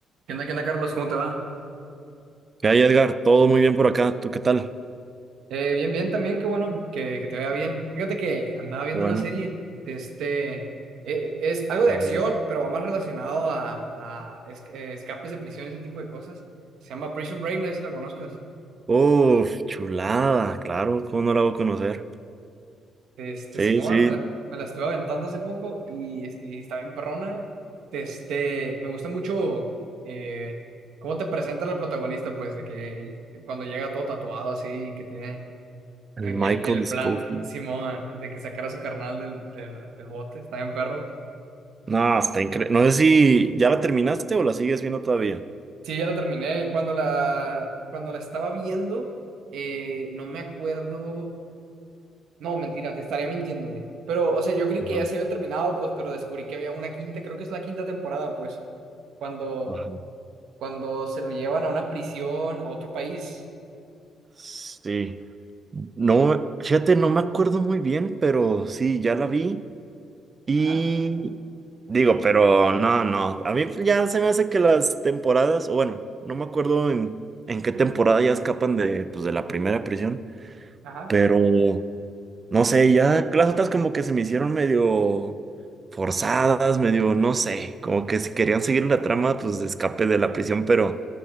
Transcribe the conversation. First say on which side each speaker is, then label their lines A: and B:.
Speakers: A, on the right (about 75°); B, on the right (about 35°).
A: ¿Qué onda, qué onda, Carlos? ¿Cómo te va?
B: ¿Qué hay, Edgar? Todo muy bien por acá. ¿Tú qué tal?
A: Eh, bien, bien también, qué bueno que, que te vaya bien. Fíjate que andaba viendo
B: Bueno.
A: una serie de este... eh, es algo de
B: no,
A: acción,
B: no.
A: pero va más relacionado a, a es- eh, escapes de prisión, ese tipo de cosas. Se llama Prison Break, no sé si la conozcas.
B: Uf, chulada. Claro, ¿cómo no la voy a conocer?
A: Este,
B: Sí,
A: Simón,
B: sí.
A: me, la me la estuve aventando hace poco y, es- y está bien perrona. Este, me gusta mucho eh, cómo te presenta la protagonista, pues, de que cuando llega todo tatuado así, que tiene
B: El
A: El,
B: Michael
A: el
B: Scofield.
A: plan Simón, de que sacara a su carnal del, del, del bote, está bien perro.
B: No, está increíble. No sé si ya la terminaste o la sigues viendo todavía.
A: Sí, ya la terminé. Cuando la, cuando la estaba viendo, eh, no me acuerdo. No, mentira, te estaría mintiendo, güey. Pero, o sea, yo creí que
B: Ajá,
A: ya se había terminado, pues, pero descubrí que había una quinta, creo que es la quinta temporada, pues. Cuando,
B: ajá.
A: cuando se lo llevan a una prisión, a otro país.
B: Sí. No, fíjate, no me acuerdo muy bien, pero sí, ya la vi. Y
A: Ajá,
B: digo, pero no, no. A mí ya se me hace que las temporadas, o bueno, no me acuerdo en, en qué temporada ya escapan de, pues, de la primera prisión,
A: ajá.
B: pero no sé, ya las otras como que se me hicieron medio forzadas, medio, no sé, como que si querían seguir la trama, pues de escape de la prisión, pero